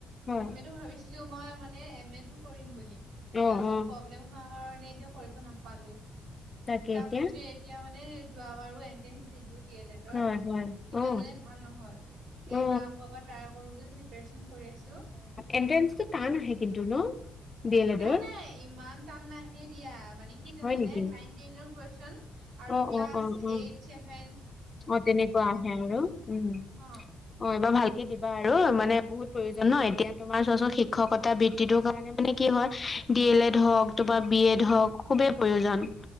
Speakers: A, on the right; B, on the left.
A: প্ৰথমেটো
B: হয়
A: ভাবিছিলো মই মানে এম এ টো কৰিম বুলি।
B: অ
A: তাৰ পিছত
B: অ
A: প্ৰব্লেম হোৱা কাৰণে এতিয়া কৰিব নাপালো।
B: তাকে
A: তাৰপিছতে
B: এতিয়া
A: এতিয়া মানে যোৱাবাৰু এণ্ট্ৰেঞ্চ দিলো ডি এল এডৰ
B: হয় হয়
A: ইমান
B: অ
A: মানে ভাল নহ'ল।
B: অ
A: এইবাৰ আকৌ এবাৰ ট্ৰাই কৰো বুলি প্ৰিপাৰেচন কৰি আছো।
B: এণ্ট্ৰেন্ঞ্চটো টান আহে কিন্তু ন? ডি এল এডৰ
A: নাই নাই ইমান টান নাহে দিয়া, মানে কি জানানে
B: হয় নেকি?
A: নাইন টেইনৰ কুৱেশন আৰু
B: অ
A: ক্লাছ
B: অ অ অ
A: এইট চেছেভেন
B: অ তেনেকুৱা আহে আৰু উম উম।
A: অ।
B: অ এইবাৰ ভালকে দিবা আৰু। মানে বহুত প্ৰয়োজন ন এতিয়া তোমাৰ চোৱাচোন শিক্ষকতা বৃত্তিটোৰ কাৰণে। মানে কি হয় ডি এল এড হওঁক, তোমাৰ বি এড
A: উম
B: হওক খুবেই প্ৰয়োজন।